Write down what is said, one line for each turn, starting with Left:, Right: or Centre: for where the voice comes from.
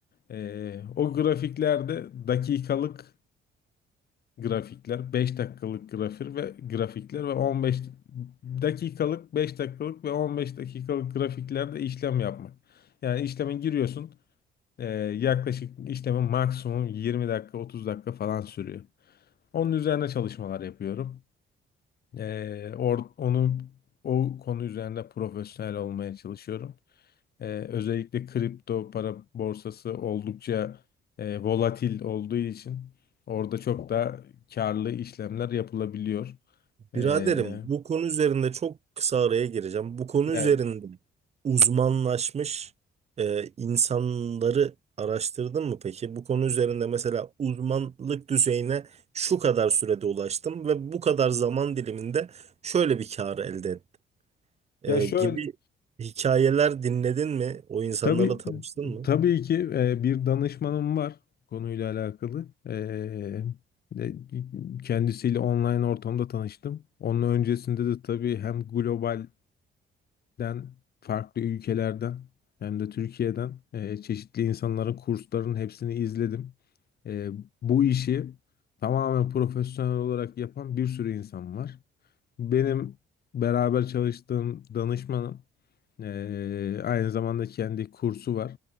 Left: Ee, o grafiklerde dakikalık grafikler, 5 dakikalık grafik ve grafikler ve on beş dakikalık, beş dakikalık ve 15 dakikalık grafiklerde işlem yapmak. Yani işleme giriyorsun. ee, yaklaşık işlemin maksimum 20 dakika, 30 dakika falan sürüyor. Onun üzerine çalışmalar yapıyorum. Ee, or- onu o konu üzerinde profesyonel olmaya çalışıyorum. Ee, özellikle kripto para borsası oldukça e, volatil olduğu için orada çok da karlı işlemler yapılabiliyor. Ee,
Right: Biraderim bu konu üzerinde çok kısa araya gireceğim. Bu konu
Left: ya,
Right: üzerinde uzmanlaşmış e, insanları araştırdın mı peki? Bu konu üzerinde mesela uzmanlık düzeyine şu kadar sürede ulaştım ve bu kadar zaman diliminde şöyle bir kar elde ettim e,
Left: ya şöyle
Right: gibi hikayeler dinledin mi? O insanlarla
Left: tabii
Right: tanıştın mı?
Left: tabii ki e, bir danışmanım var konuyla alakalı. Ee, e, kendisiyle online ortamda tanıştım. Onun öncesinde de tabii hem global den farklı ülkelerden hem de Türkiye'den e, çeşitli insanların kurslarının hepsini izledim. E, bu işi tamamen profesyonel olarak yapan bir sürü insan var. Benim beraber çalıştığım danışmanım e, aynı zamanda kendi kursu var.